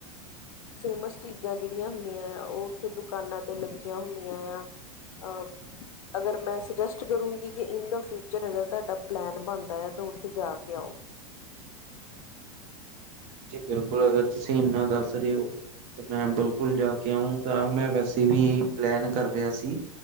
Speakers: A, on the left (about 75°); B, on the right (about 45°).
A: ਫੇ਼ਮਸ ਚੀਜਾਂ ਜਿਹੜੀਆਂ ਹੁੰਦੀਆਂ ਆ ਓ ਉੱਥੇ ਦੁਕਾਨਾਂ ਤੇ ਲਗੀਆਂ ਹੁੰਈਆਂ ਆ, ਅ <inaudible> ਅਗਰ ਮੈਂ ਸਜੈਸਟ ਕਰੂੰਗੀ ਕਿ ਇਨ ਦਾ ਫਿਊਚਰ ਅਗਰ ਤੁਹਾਡਾ ਪਲੈਨ ਬਣਦਾ ਆ ਤਾ ਉੱਥੇ ਜਾ ਕੇ ਆਓ।
B: ਜੀ ਬਿਲਕੁਲ ਅਗਰ ਤੂਸੀ ਇਨਾ ਦੱਸ ਰੇ ਓ, ਤੇ ਮੈਂ ਬਿਲਕੁਲ ਜਾ ਕੇ ਆਊਗਾ ਕਿਉਂਕਿ ਮੈਂ ਵੈਸੇ ਵੀ ਪਲੈਨ ਕਰ ਰੇਆ ਸੀ